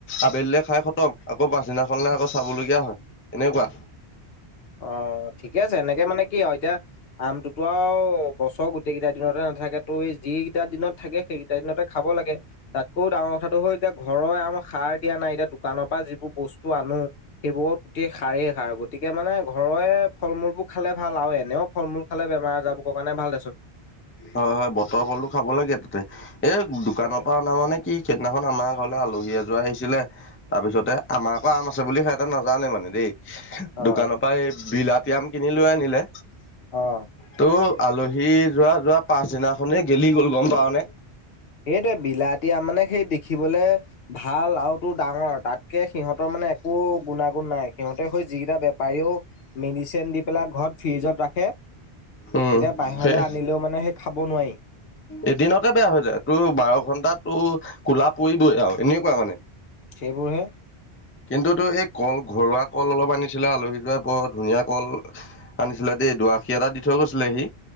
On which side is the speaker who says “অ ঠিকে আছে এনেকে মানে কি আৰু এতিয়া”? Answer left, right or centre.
Left